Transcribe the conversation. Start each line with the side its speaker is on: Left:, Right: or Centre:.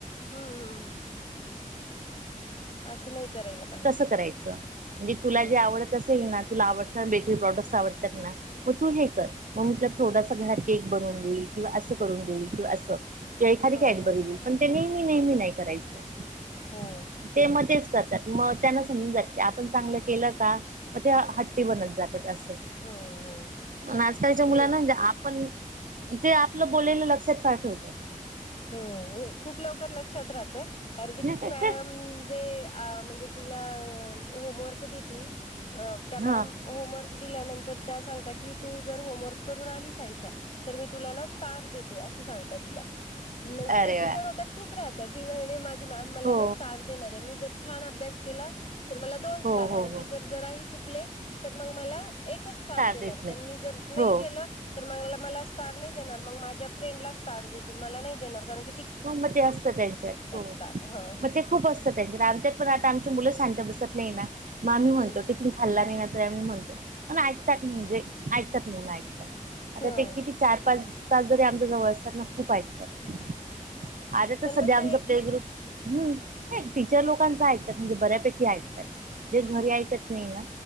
Left: हम्म हम् हम असं नाही पाहिजे
Right: तसं करायचं म्हणजे तुला
Left: हो
Right: जे आवड तस येणार तुला आवडत बेकरी प्रॉडक्ट आवडतात ना मग तू हे कर मग मी तुला थोडासा घरात केक बनून देईल किंवा असं करून देईल किंवा अस
Left: हो
Right: एखादी
Left: हो
Right: कॅडबरी
Left: हो
Right: देईल मी नाहीे ममी नाही करायचं
Left: हो
Right: ते मध्येच सतत मग त्यांना समजून जात की आपण चांगलं केलं का मग ते हट्टी बनत जात असे
Left: हो हो.
Right: आजकालच्या मुलांनाे
Left: नाही
Right: आपण ते आपलं बोलायला लक्षात फार ठेवतात
Left: हो खूप लवकर लक्षात राहत कारण
Right: हम्म
Left: की तिची मॅम जे अ म्हणजे तिला होमवर्क देती अ त्या मॅम
Right: हा
Left: होमवर्क ंतर सगत्यात कि तू जर होमवर् करून आलीश तर मी तुला ना स्टार देते अस सांग तिला मग
Right: अरे
Left: ते तिच्या
Right: वा
Left: डोक्यात खूप राहात म्हणाली मॅम मला
Right: हो
Left: ना स्टार देणार आहे मी जर छान अभ्यास केला तर मला दोन स्टार
Right: हो हो
Left: आणि मी
Right: हो
Left: जर जर आहे चुकले तर मग मला एकच स्टार देणार
Right: देत
Left: आहे
Right: नाही
Left: त्यां मी जर नाही
Right: हो
Left: केलं तर मगला मला स्टार नाही देणार मग माझ्या फ्रेंड ला स्टार देतील मला नाही एणार का
Right: ह मग ते असत त्यांच्यात हो
Left: स्टार ह
Right: मग ते खूप असतं त्यांच्यात आमच्यात पण आता आमची मुलं शांत बसत नाही ना मॅम ही म्हनतात
Left: हम्म
Right: टिफन खाल्ला नाही ना तर आम्हीणतो पण ऐकतात म्हणजे ऐकतात मुलं ऐकतात आता
Left: हो
Right: ते किती चार पाच तास जरी आमच्या जवळना खूप ऐकतात आ तर
Left: त्यांना
Right: सध्या
Left: ते
Right: आमचा
Left: एक
Right: प्ले ग्रुप हम्म टीचर लोकांच ऐकतात म्हणजे बऱ्यापैकी ऐकतात जे घरी ऐकत नाही ना